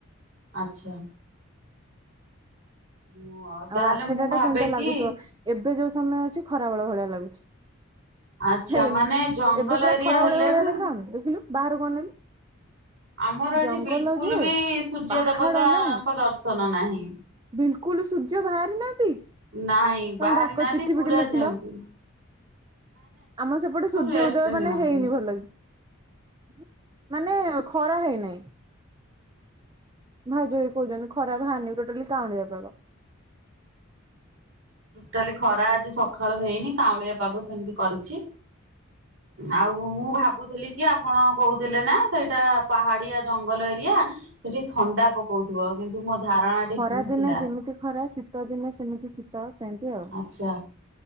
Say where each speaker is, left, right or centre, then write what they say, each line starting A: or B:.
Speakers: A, on the right; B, on the right.
A: ଆଚ୍ଛା। ମୁଁ ତାହେଲେ
B: ଆଉ ଆଠଟା
A: ମୁଁ ଭାବେ
B: ଟା କେମିତା
A: କି
B: ଲାଗୁଥିବ ଏବେ ଯୋଉ ସମୟ ଅଛି ଖରା ବେଳ ଭଳିଆ ଲାଗୁଛି।
A: ଆଚ୍ଛା
B: ହେଇନି
A: ମାନେ ଜଙ୍ଗଲ
B: ଏବେ ପୁରା
A: ଏରିଆ
B: ଖରା
A: ହେଲେ
B: ଭଳିଆ ଭଳିଆ
A: ବି
B: ଦେଖାଉନି ଦେଖିଲୁ ବାହାରୁ କୁ ଅନେଇଲୁ।
A: ଆମର ଏଠି
B: ଜଙ୍ଗଲ
A: ବିଲ୍ କୁଲ୍
B: ଯେ
A: ବି ସୂର୍ଯ୍ୟ
B: ପାହାଡ
A: ଦେବତାଙ୍କ
B: ନା
A: ଦର୍ଶନ ନାହିଁ।
B: ବିଲକୁଲ ସୂର୍ଯ୍ୟ ବାହାରି ନାହାନ୍ତି।
A: ନାହିଁ
B: ତମେ
A: ବାହାରି
B: ଡାକ
A: ନାହାନ୍ତି
B: ଚିଠି
A: ପୁରା
B: ଫିଠି ଲେଖିଲ
A: ଯେମତି।
B: ଆମ ସେପଟେ ସୂର୍ଯ୍ୟ
A: ରେଷ୍ଟ
B: ଉଦୟ ମାନେ
A: ନିଅନ୍ତୁ।
B: ହେଇନି ଭଲ କି ମାନେ ଖରା ହେଇନାହିଁ। ଭାଉଜ ବି କହୁଛନ୍ତି ଖରାପ ବାହାରିନି ଟୋଟାଲି କାଉଁଳିଆ ପାଗ।
A: ଟୋଟାଲି ଖରା ଆଜି ସକାଳୁ ହେଇନି କାଉଁଳିଆ ପାଗ ସେମିତି କରିଛି। ଆଉ ମୁଁ ଭାବୁଥିଲି କି ଆପଣ କହୁଥିଲେ ନା ସେଇଟା ପାହାଡିଆ ଜଙ୍ଗଲ ଏରିଆ। ସେଠି ଥଣ୍ଡା ପକଉଥିବ କିନ୍ତୁ ମୋ ଧାରଣା ଟି
B: ଖରା
A: ଭୁଲ
B: ଦିନେ
A: ଥିଲା
B: ଯେମିତି ଖରା ଶୀତ ଦିନେ ସେମିତି ଶୀତ ସେମିତି ଆଉ।
A: ଆଛା